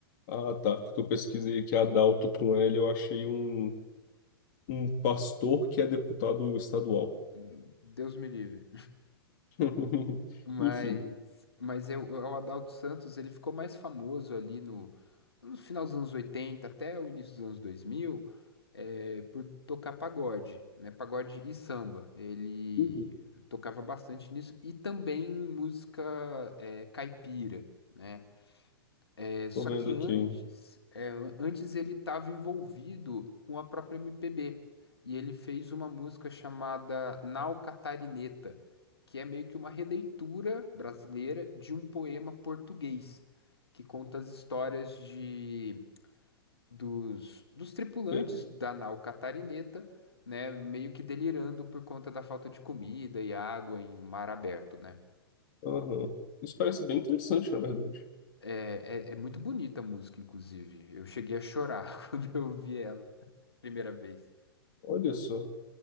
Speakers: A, on the left (about 50°); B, on the left (about 80°).
A: Ah, tá, porque eu pesquisei aqui Adalto com L, eu achei um, um pastor que é deputado estadual.
B: Hum, Deus me livre.
A: <laughs>
B: Mas,
A: Enfim,
B: mas eu, o Adalto Santos, ele ficou mais famoso ali no, no final dos anos 80 até o início dos anos 2000, eh, por tocar pagode, né? Pagode e samba. Ele
A: Uhum.
B: tocava bastante nisso e também música, eh, caipira, né? É, só
A: tô vendo
B: que
A: aqui.
B: antes, é, antes ele estava envolvido com a própria MPB e ele fez uma música chamada Nau Catarineta, que é meio que uma releitura brasileira de um poema português que conta as histórias de dos, dos tripulantes
A: É,
B: da nau Catarineta, né, meio que delirando por conta da falta de comida e água em mar aberto, né?
A: aham. Isso parece bem interessante, na verdade.
B: É, é, é muito bonita a música, inclusive. Eu cheguei a chorar <laughs> quando eu vi ela, primeira vez.
A: Olha só.